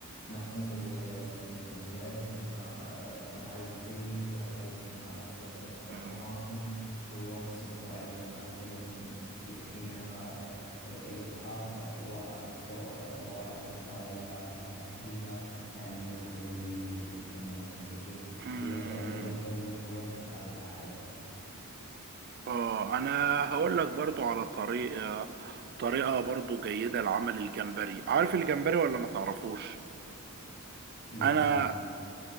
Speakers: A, on the left (about 35°); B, on the right (about 45°).
A: نقوم بوضعه في المقلاة ثم آه، مع الزيت والقليل من صلصة الطماطم
B: مم.
A: ونصب عليهم البيض من- في حينما آه، يطهى آه، والف- آه، والموتزاريلا فهي يعني وجبة لذيذة جدا يا صديقي فهي
B: مم.
A: هذه الوجبة من فواكه البحر يا صديقي
B: اه انا هقول لك برضو على طريقة طريقة برضو جيدة لعمل الجمبري عارف الجمبري ولا ما تعرفوش
A: لا
B: انا
A: م...